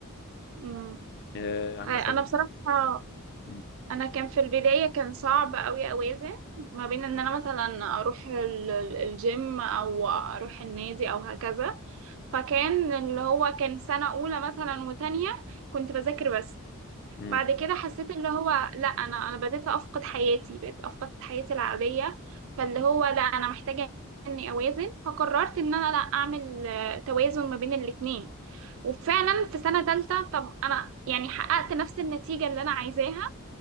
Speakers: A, on the right; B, on the left.
A: مم.
B: آه يعني
A: آه،
B: مثلا
A: انا بصراحة
B: مم.
A: انا كان في البداية كان صعب قوي اوازن ما بين ان انا مثلا اروح ال- ال- الجيم او اروح النادي او هكذا فكان اللي هو كان سنة اولى مثلا وتانية كنت بذاكر بس
B: مم.
A: بعد كده حسيت اللي هو لا انا انا بديت افقد حياتي بقيت افقد حياتي العاديه فاللي هو لا انا محتاجه اني اوازن فقررت ان انا لا اعمل آه، توازن ما بين الاتنين وفعلا في سنه تالتة طب انا يعني حققت نفس النتيجه اللي انا عايزاها